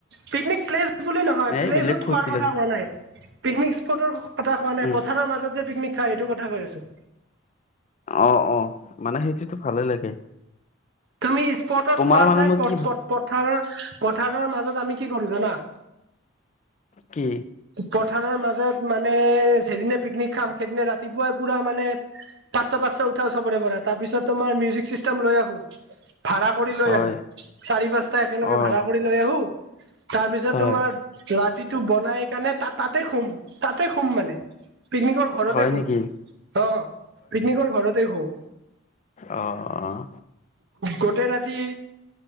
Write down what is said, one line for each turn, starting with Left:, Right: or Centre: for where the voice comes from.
Right: পিকনিক প্লেচ। বুলি নহয়
Left: এই
Right: প্লেছত
Left: বেলেগ ফূৰ্তি
Right: খোৱাৰ কথা
Left: লাগে
Right: কোৱা নাই পিকনিক স্পটৰ কথা কোৱা নাই
Left: উম
Right: পথাৰৰ মাজত যে পিকনিক। গাড়ীটো কথা কৈ আছোঁ।
Left: অ, অ মানে সেইটোতো ভালে লাগে।
Right: তুমি স্পটত
Left: তোমাৰ
Right: খোৱাৰ
Left: মানে
Right: চাই
Left: মই
Right: পথথ
Left: কি
Right: পথাৰৰ পথাৰৰ মাজত আমি কি কৰো জানা।
Left: কি?
Right: পথাৰৰ মাজত মানে যিদিনা পিকনিক খাম সেইদিনা ৰাতিপুৱাই পুৰা মানে পাচঁশ -পাচঁশ উঠা চবৰে পৰা তাৰিছত তোমাৰ মিজিক চিষ্টেম লৈ আহো ভাড়া কৰি লৈ
Left: হয়
Right: আহো চাৰি পাঁচটা একেলগে
Left: অ
Right: ভাড়া কৰি লৈ আহো তাৰপিছত
Left: হয়
Right: তোমাৰ ৰাতিটো বনাই কাণে তাতে শুম তাতে শুম মানে। পিকনিকৰ ঘৰতে
Left: হয়
Right: শুম
Left: নেকি
Right: অ পিকনিকৰ ঘৰতে শুওঁ।
Left: অঁ অঁ
Right: গোটেই ৰাতি